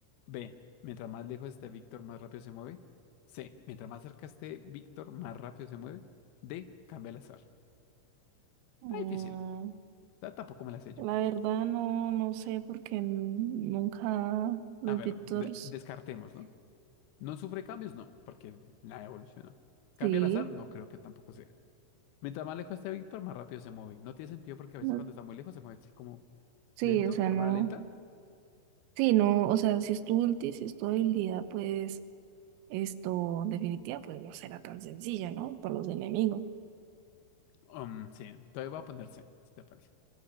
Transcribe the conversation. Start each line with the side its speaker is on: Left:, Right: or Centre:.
Left: B. Mientras más lejos esté Víctor, más rápido se mueve. C. Mientras más cerca esté Víctor, más rápido se mueve. D. Cambia al azar.
Right: Mm,
Left: Está difícil. Ta- Tampoco me la sé yo.
Right: la verdad no, no sé porque n- nunca los
Left: A ver,
Right: Víctors,
Left: de- descartemos, ¿no? No sufre cambios, no, porque nada evolucionó. Cambia
Right: sí,
Left: al azar, no creo que tampoco sea. Mientras más lejos esté Víctor, más rápido se mueve. No tiene sentido porque a veces
Right: no-
Left: cuando está muy lejos se mueve así como
Right: sí,
Left: lento,
Right: o sea,
Left: cámara
Right: no,
Left: lenta.
Right: sí, no, o sea, si es tu ulti, si es tu habilidad, pues esto definitiva, pues no será tan sencilla, ¿no? Para los enemigos.
Left: Um, sí, entonces voy a poner C, si te parece.